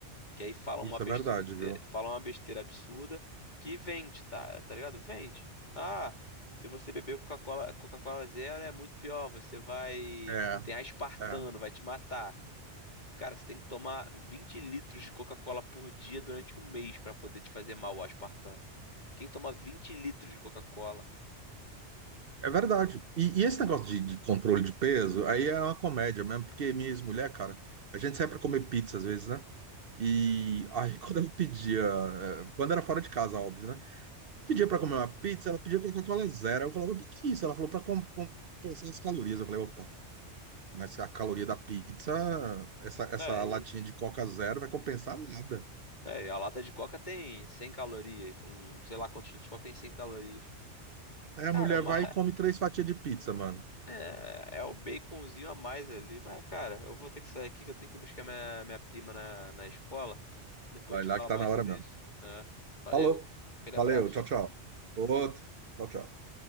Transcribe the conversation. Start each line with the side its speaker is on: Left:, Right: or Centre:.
Left: Que aí fala
Right: isso
Left: uma besteira,
Right: é verdade, viu?
Left: fala uma besteira absurda que vende, tá? Tá ligado? Vende. Ah, se você beber Coca-Cola, Coca-Cola zero é muito pior, você vai
Right: É,
Left: tem aspartano,
Right: é.
Left: vai te matar. Cara, você tem que tomar 20 litros de Coca-Cola por dia durante um mês pra poder te fazer mal o aspartano. Quem toma 20 litros de Coca-Cola?
Right: É verdade. E, e esse negócio de, de controle de peso, aí é uma comédia mesmo, porque minha ex-mulher, cara, a gente sai pra comer pizza às vezes, né? E aí <laughs> quando eu pedia, eh, quando era fora de casa, óbvio, né? Pedia pra comer uma pizza, ela pedia Coca-Cola zero. Eu falava, por que isso? Ela falou pra com- compensar as calorias. Eu falei, opa, mas a caloria da pizza, essa, essa
Left: É,
Right: latinha
Left: e,
Right: de Coca zero vai compensar nada.
Left: é, e a lata de Coca tem 100 calorias. Um, sei lá quantos litros de Coca tem 100 calorias.
Right: Aí a
Left: Cara,
Right: mulher
Left: uma,
Right: vai e come três fatias de pizza, mano.
Left: É, é o baconzinho a mais ali. Mas, cara, eu vou ter que sair aqui que eu tenho que buscar minha, minha prima na, na escola. Depois
Right: Vai
Left: a gente
Right: lá
Left: fala
Right: que tá
Left: mais
Right: na hora
Left: sobre
Right: mesmo.
Left: isso. né? Valeu.
Right: Falou.
Left: Aquele
Right: Valeu,
Left: abraço.
Right: tchau, tchau. Outro. Tchau, tchau.